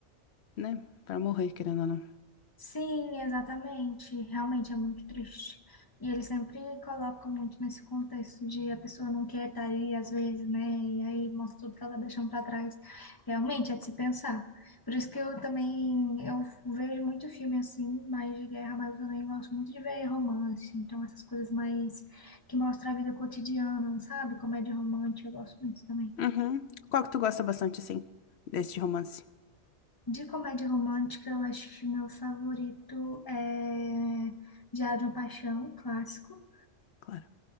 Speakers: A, on the left (about 70°); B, on the left (about 20°).
A: né, pra morrer, querendo ou não.
B: Sim, exatamente. Realmente é muito triste. E eles sempre colocam muito nesse contexto de a pessoa não quer estar ali, às vezes, né? E aí mostra tudo que ela tá deixando para trás. Realmente é de se pensar. Por isso que eu também eu vejo muito filme assim, mais de guerra, mas eu também gosto muito de ver romance. Então, essas coisas mais que mostram a vida cotidiana, sabe? Comédia romântica, eu gosto muito também.
A: Uhum. Qual que tu gosta bastante, assim? Deste romance,
B: De comédia romântica, eu acho que meu favorito é Diário de uma Paixão, um clássico.
A: claro.